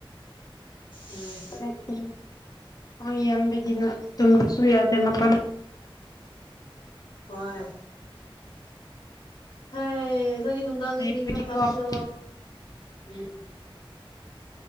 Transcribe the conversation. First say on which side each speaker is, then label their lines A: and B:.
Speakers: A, on the left (about 65°); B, on the left (about 40°).
A: ꯎꯝ
B: <unintelligible> ꯍꯨꯏ ꯌꯥꯝꯕꯒꯤꯅ ꯇꯨꯝꯕꯁꯨ ꯌꯥꯗꯦ ꯃꯄꯟ
A: ꯍꯣꯏ ꯍꯥꯏ ꯅꯣꯏꯗꯤ ꯅꯨꯡꯗꯥꯡꯗꯤ
B: ꯂꯩꯕꯒꯤꯀꯣ
A: ꯀ꯭ꯔꯤ ꯏꯟꯁꯥꯡ ꯆꯥꯄꯤꯅꯣ
B: ꯑꯁ
A: ꯎꯝ